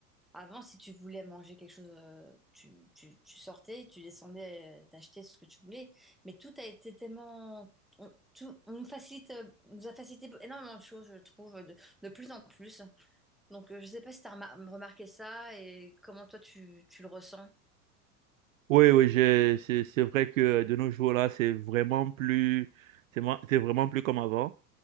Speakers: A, in the centre; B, on the right.
A: Avant, si tu voulais manger quelque chose, euh, tu, tu, tu sortais, tu descendais, euh, t'achetais ce que tu voulais. Mais tout a été tellement... On, tout, on nous facilite, euh, nous a facilité énormément de choses, je trouve, de, de plus en plus. Donc, euh, je sais pas si tu as remarqué ça et comment toi, tu, tu le ressens.
B: Oui, oui, j'ai, c'est, c'est vrai que de nos jours là, c'est vraiment plus, c'est ma- c'est vraiment plus comme avant.